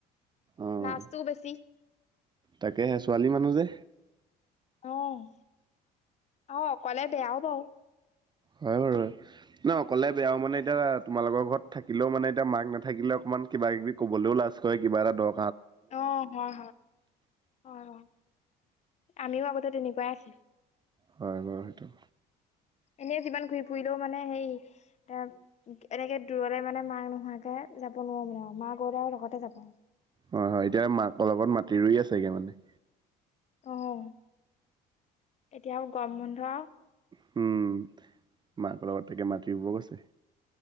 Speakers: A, on the right (about 25°); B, on the left (about 40°).
A: অ',
B: নাচটোও বেছি।
A: তাকেহে ছোৱালী মানুহ যে।
B: অ', অ', অকলে বেয়াও বাৰু।
A: হয় বাৰু, অকলে বেয়াও মানে এতিয়া তোমালোকৰ ঘৰত থাকিলেও মানে এতিয়া মাক নাথাকিলে অক কিবা কিবি ক'বলৈও লাজ কৰে, কিবা এটা দৰ
B: অ', হয়, হয়, হয়, হয়। আমিও আগতে তেনেকুৱাই আছ
A: হয় বাৰু সেইটো।
B: এনে যিমান ঘূৰি ফুৰিলেও মানে হেৰি এ এনেকে দূৰলে মানে মা নোহোৱাকে যাব নোৱাৰো মানে আৰু মা গ'লে আৰু লগতে যাব।
A: হয়, হয়, এতিয়া মাকৰ লগত মাতি ৰুই আছেগে মানে?
B: অ', এতিয়া আৰু গৰম বন্ধ আৰু।
A: হোম--মাকৰ লগত তাকে মাতি ৰুব গৈ।